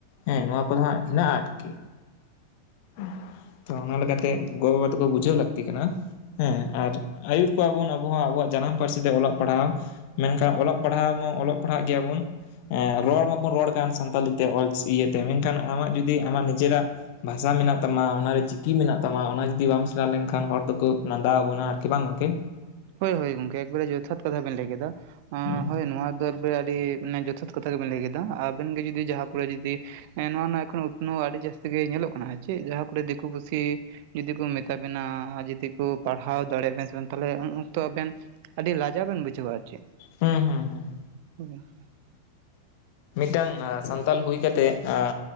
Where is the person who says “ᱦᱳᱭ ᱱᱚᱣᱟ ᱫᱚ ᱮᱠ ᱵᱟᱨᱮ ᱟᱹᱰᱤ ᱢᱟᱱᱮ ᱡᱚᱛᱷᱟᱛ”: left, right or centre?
Right